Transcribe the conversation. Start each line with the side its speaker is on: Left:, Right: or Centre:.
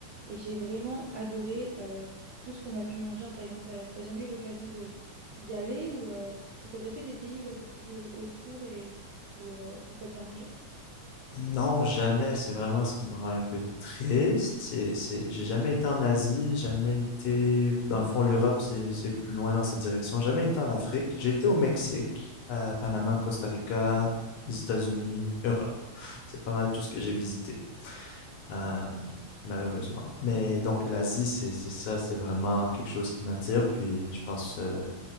Right: et j'ai vraiment adoré euh, tout ce qu'on a pu manger en Thaïlande. T'as t'as jamais eu l'occasion de d'y aller ou, euh, ou t'as déjà fait des pays, ouais, comme tu dis, au- autour et euh, où tu as bien mangé
Left: Non, jamais. C'est vraiment ce qui me rend un peu triste. C'est, c'est, j'ai jamais été en Asie, jamais été, dans le fond, l'Europe, c'est, c'est plus loin dans cette direction. Jamais été en Afrique. J'ai été au Mexique, à Panama, Costa Rica, les États-Unis, Europe. C'est pas mal tout ce que j'ai visité, euh, malheureusement. Mais donc l'Asie, c'est, c'est ça, c'est vraiment quelque chose qui m'attire. Puis je pense, euh,